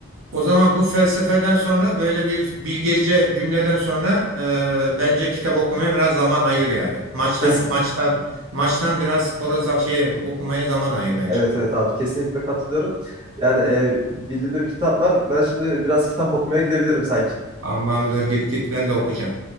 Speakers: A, on the right; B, on the right.
A: o zaman bu felsefeden sonra böyle bir bilgece cümleden sonra e, bence kitap okumaya biraz zaman ayır yani. Maçtan
B: Kesinlikle.
A: maçtan maçtan biraz spora za- şeye okumaya zaman ayır bence.
B: Evet evet abi kesinlikle katılıyorum. Yani e, bildiğimde bir kitap var. Ben şimdi biraz kitap okumaya gidebilirim sanki.
A: Tamamdır git git ben de okuyacağım.